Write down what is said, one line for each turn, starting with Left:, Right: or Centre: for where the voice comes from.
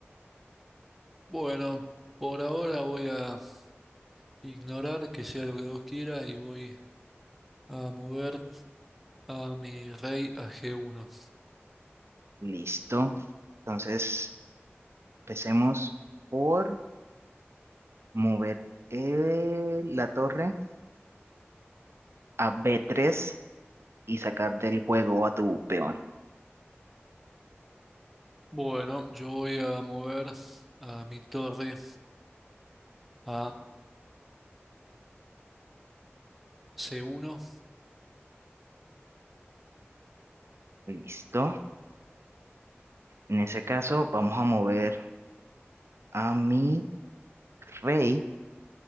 Centre: bueno, por ahora voy a ignorar que sea lo que Dios quiera y voy a mover a mi rey a G1.
Right: Listo. Entonces, empecemos por mover eh, la torre a b tres y sacar del juego a tu peón.
Centre: Bueno, yo voy a mover a mi torre a C1.
Right: Listo. En ese caso, vamos a mover a mi rey